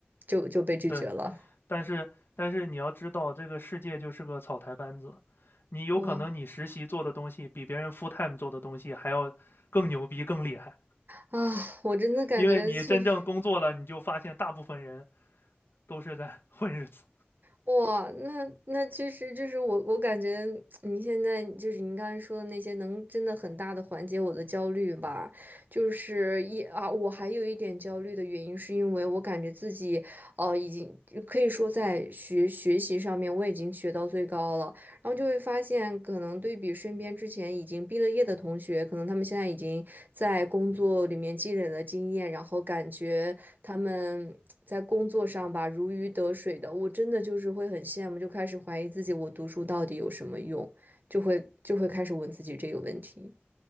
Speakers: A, on the right; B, on the left.
A: 就就被拒绝了。
B: 对。但是但是你要知道，这个世界就是个草台班子，你有可能你实习做的东西比别人
A: 哇
B: full time 做的东西还要更牛逼、更厉害，
A: 啊，我真的感觉确实。
B: 因为你真正工作了，你就发现大部分人都是在混日子。
A: 哇，那那其实就是我，我感觉你现在就是您刚才说的那些，能真的很大的缓解我的焦虑吧。就是一啊，我还有一点焦虑的原因，是因为我感觉自己呃已经可以说在学学习上面我已经学到最高了，然后就会发现，可能对比身边之前已经毕了业的同学，可能他们现在已经在工作里面积累了经验，然后感觉。他们在工作上吧如鱼得水的，我真的就是会很羡慕，就开始怀疑自己，我读书到底有什么用，就会就会开始问自己这个问题。